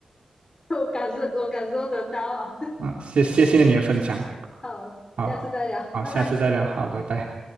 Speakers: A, on the left; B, on the right.
A: <laughs> 我感受我感受得到啊。
B: 啊，谢谢谢你的分享，
A: 好，
B: 好，
A: 下次再聊，
B: 好，
A: 拜拜。
B: 下次再聊，好，拜拜。